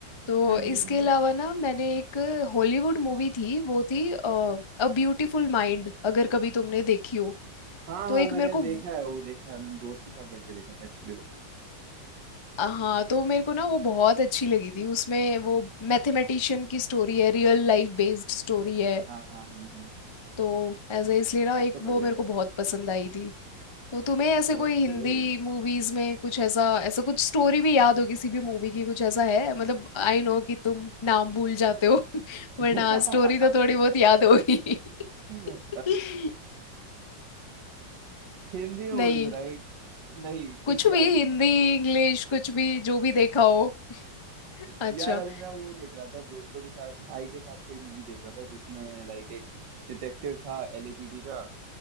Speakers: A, on the left (about 40°); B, on the right (about 75°).
A: तो
B: हाँ
A: इसके
B: जी हाँ
A: अलावा
B: जी
A: ना मैंने एक हॉलीवुड मूवी थी वो थी अ ब्यूटीफुल माइंड अगर कभी तुमने देखी हो
B: हाँ
A: तो
B: हाँ
A: एक
B: मैंने
A: मेरे को
B: देखा
A: वो-
B: है वो देखा है मैंने दोस्त के साथ बैठ के देखा था एक्चुअली वो
A: हाँ तो मेरे को ना वो बहुत अच्छी लगी थी उसमें वो मैथमेटिशियन की स्टोरी है रियल लाइफ बेस्ड स्टोरी है
B: हाँ हाँ हाँ हाँ
A: तो ऐसे इसलिए ना
B: वो
A: एक
B: तो बढ़िया
A: वो मेरे
B: है
A: को बहुत पसंद आई थी तो तुम्हें ऐसे
B: Okay.
A: कोई हिंदी मूवीज में कुछ ऐसा ऐसा कुछ स्टोरी भी याद हो किसी भी मूवी की कुछ ऐसा है मतलब आई नो कि तुम नाम भूल जाते हो <laughs> वरना
B: uh,
A: स्टोरी तो थोड़ी बहुत याद होगी
B: hmm,
A: <laughs>
B: <laughs> Hindi movies
A: नहीं
B: right नहीं कुछ
A: कुछ
B: याद
A: भी
B: नहीं
A: हिंदी
B: है
A: इंग्लिश कुछ भी जो भी देखा हो अच्छा
B: यार अभी मैं वो देख रहा था दोस्तों के साथ भाई के साथ कोई मूवी देख रहा था जिसमें लाइक एक डिटेक्टिव था एलएपीडी का